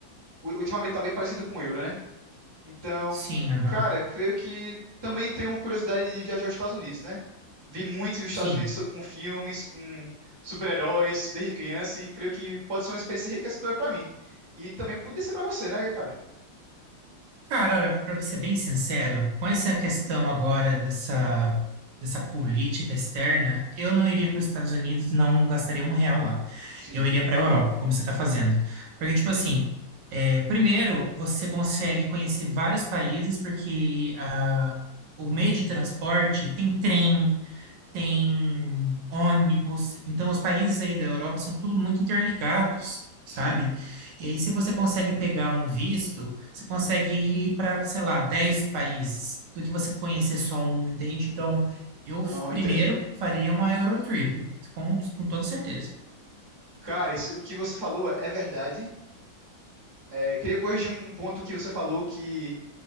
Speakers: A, on the right; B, on the right.
A: u- ultimamente está bem parecido com o euro, né? Então,
B: Sim, aham.
A: cara, creio que também tenho uma curiosidade de viajar aos Estados Unidos, né? Vi muito os Estados
B: Sim.
A: Unidos so- com filmes, com super-heróis desde criança e creio que pode ser uma experiência enriquecedora pra mim. E também podia ser pra você, né, cara?
B: Cara, olha, pra ser bem sincero, com essa questão agora dessa, dessa política externa, eu não iria para os Estados Unidos, não gastaria um real lá.
A: Sim,
B: Eu iria para a Europa, como você está fazendo. Porque, tipo assim, é, primeiro, você consegue conhecer vários países, porque ah, o meio de transporte tem trem. tem ônibus. Então, os países aí da Europa são tudo muito interligados, sabe?
A: sim.
B: E aí, se você consegue pegar um visto, você consegue ir para, sei lá, 10 países do que você conhecer só um, entende? Então, eu f-
A: Aham,
B: primeiro
A: entendo.
B: faria uma Eurotrip, com, com toda certeza.
A: Cara, isso, o que você falou é verdade. É, queria corrigir um um ponto que você falou que,